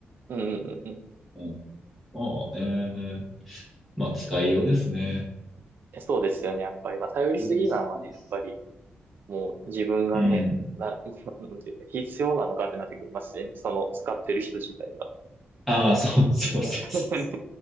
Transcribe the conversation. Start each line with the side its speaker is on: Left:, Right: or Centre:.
Right: うん、うんうん。
Centre: うん、まあね、まあ使いようですね。
Right: えそうですよね、やっぱり。まあ、頼りすぎなのはね、
Centre: そうです、そうです。
Right: やっぱり、もう自分がね、
Centre: うん。
Right: な、<laughs> なんていうの必要なのかってなってくりますしね。その使ってる人自体が。
Centre: ああ、そうそうそうそう。
Right: ね <laughs>